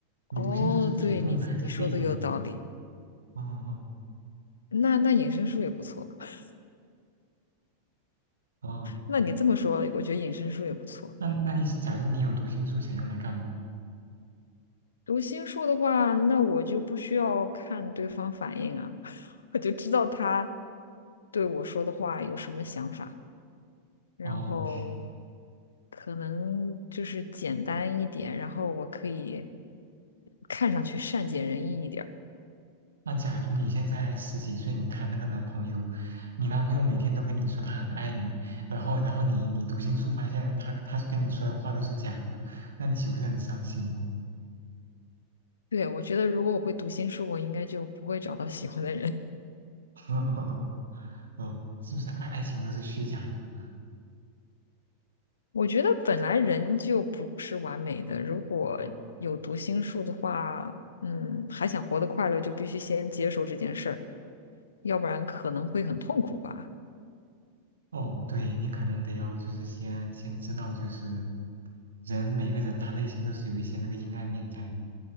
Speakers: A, on the right; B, on the left.
A: 你读心术是主动的还是被动的？
B: 哦，对你你说的有道理。
A: 哦
B: 那那隐身术也不错。<laughs>
A: 哦，
B: 那你这么说，我觉得隐身术也不错。
A: 那那你假如你有读心术，想用来干嘛？
B: 读心术的话，那我就不需要看对方反应啊，<laughs> 我就知道他对我说的话有什么想法。然后
A: 哦，
B: 可能就是简单一点，然后我可以看上去善解人意一点儿。
A: 那假如你现在十几岁，你谈了个男朋友，你男朋友每天都跟你说他很爱你，然后然后你你读心术发现他他是跟你说的话都是假的，那你岂不是很伤心吗？
B: 对，我觉得如果我会读心术，我应该就不会找到喜欢的人。
A: <laughs> 哦，是不是爱爱情都是虚假的？
B: <laughs> 我觉得本来人就不是完美的，如果有读心术的话，
A: 嗯。
B: 嗯，还想活得快乐，就必须先接受这件事儿，要不然可能会很痛苦吧。
A: 哦，对，你可能得要就是先先知道，就是人每个人他内心都是有一些那个阴暗面在的